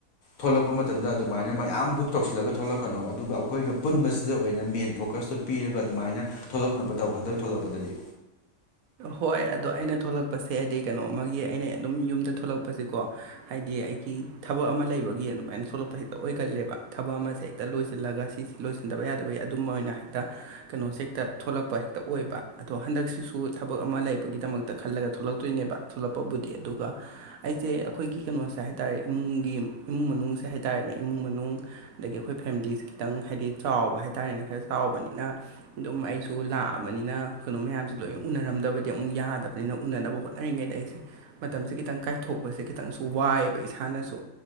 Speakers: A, on the left; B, on the right.
A: ꯊꯣꯛꯂꯛꯄ ꯃꯇꯝꯗ ꯑꯗꯨꯃꯥꯏꯅ ꯃꯌꯥꯝ ꯕꯨꯛ ꯇꯧꯁꯤꯜꯂꯒ ꯊꯣꯛꯂꯛꯀꯅꯣ ꯑꯗꯨꯒ ꯑꯩꯈꯣꯏꯒ ꯄꯨꯟꯕꯁꯤꯗ ꯑꯣꯏꯅ ꯃꯦꯟ ꯐꯣꯀꯁꯇꯨ ꯄꯤꯔꯒ ꯑꯗꯨꯃꯥꯏꯅ ꯊꯣꯛꯂꯛꯅꯕ ꯇꯧ ꯍꯟꯗꯛ ꯊꯣꯛꯂꯛꯄꯗꯗꯤ
B: ꯍꯣꯏ ꯑꯗꯣ ꯑꯩꯅ ꯊꯣꯛꯂꯛꯄꯁꯦ ꯍꯥꯏꯗꯤ ꯀꯩꯅꯣ ꯑꯃꯒꯤ ꯑꯩꯅ ꯑꯗꯨꯝ ꯌꯨꯝꯗ ꯊꯣꯛꯂꯛꯄꯖꯤꯀꯣ ꯍꯥꯏꯗꯤ ꯑꯩꯒꯤ ꯊꯕꯛ ꯑꯃ ꯂꯩꯕꯒꯤ ꯑꯗꯨꯃꯥꯏꯅ ꯊꯣꯛꯂꯛꯄ ꯍꯦꯛꯇ ꯑꯣꯏꯒꯜꯂꯦꯕ ꯊꯕꯛ ꯑꯃꯁꯦ ꯍꯦꯛꯇ ꯂꯣꯏꯁꯤꯜꯂꯒ ꯁꯤ ꯂꯣꯏꯁꯤꯟꯗꯕ ꯌꯥꯗꯕꯒꯤ ꯑꯗꯨꯝꯕ ꯑꯣꯏꯅ ꯍꯦꯛꯇ ꯀꯩꯅꯣꯁꯦ ꯍꯦꯛꯇ ꯊꯣꯛꯂꯛꯄ ꯍꯦꯛꯇ ꯑꯣꯏꯕ ꯑꯗꯣ ꯍꯟꯗꯛꯁꯤꯁꯨ ꯊꯕꯛ ꯑꯃ ꯂꯩꯕꯒꯤꯗꯃꯛꯇ ꯈꯜꯂꯒ ꯊꯣꯛꯂꯛꯇꯣꯏꯅꯦꯕ ꯊꯣꯛꯂꯛꯄꯕꯨꯗꯤ ꯑꯗꯨꯒ ꯑꯩꯁꯦ ꯑꯈꯣꯏꯒꯤ ꯀꯩꯅꯣꯁꯦ ꯍꯥꯏꯇꯥꯔꯦ ꯏꯃꯨꯡꯒꯤ ꯏꯃꯨꯡ ꯃꯅꯨꯡꯁꯦ ꯍꯥꯏꯇꯥꯔꯦꯅꯦ ꯏꯃꯨꯡ ꯃꯅꯨꯡ ꯑꯗꯒꯤ ꯑꯈꯣꯏ ꯐꯦꯃꯤꯂꯤꯁꯦ ꯈꯤꯇꯪ ꯍꯥꯏꯗꯤ ꯆꯥꯎꯕ ꯍꯥꯏꯇꯥꯥꯔꯦꯅꯦ ꯈꯔ ꯆꯥꯎꯕꯅꯤꯅ ꯑꯗꯨꯝ ꯑꯩꯁꯨ ꯂꯥꯛꯑꯕꯅꯤꯅ ꯀꯩꯅꯣ ꯃꯌꯥꯝꯁꯤ ꯂꯣꯏ ꯎꯅꯔꯝꯗꯕꯗꯤ ꯑꯃꯨꯛ ꯌꯥꯗꯕꯅꯤꯅ ꯎꯅꯥꯅꯕ ꯍꯣꯠꯅꯔꯤꯉꯩꯗ ꯑꯩꯁꯦ ꯃꯇꯝꯁꯤ ꯈꯤꯇꯪ ꯀꯥꯏꯊꯣꯛꯄꯁꯦ ꯈꯤꯇꯪꯁꯨ ꯋꯥꯏꯌꯦꯕ ꯏꯁꯥꯅꯁꯨ